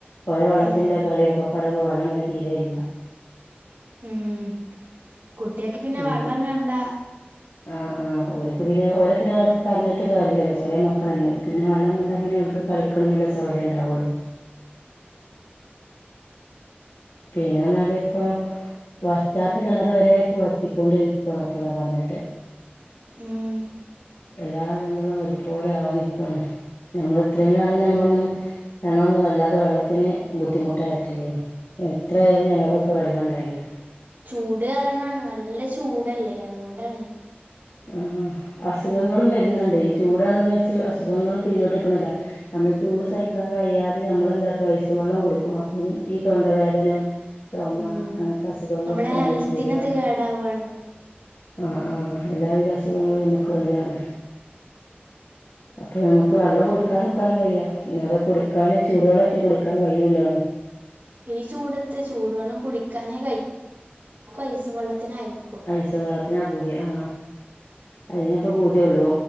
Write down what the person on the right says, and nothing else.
ഉം
ഉം കുട്ടിയക്ക് പിന്നെ
വള്ളം കണ്ട.
ഉം
ചൂട്കാരണാണ് നല്ലചൂടല്ലേ അതുകൊണ്ടാണ്
ഉം
നമ്മളെ ഹെൽത്തിനത്
കേടാവാണ്
ഈചൂടത്ത്ചൂടുവെള്ളംകുടിക്കാനേ കയ്യൂലഎല്ലാര്ക്കും ഐസുംവെള്ളത്തിനായ്ര്ക്കും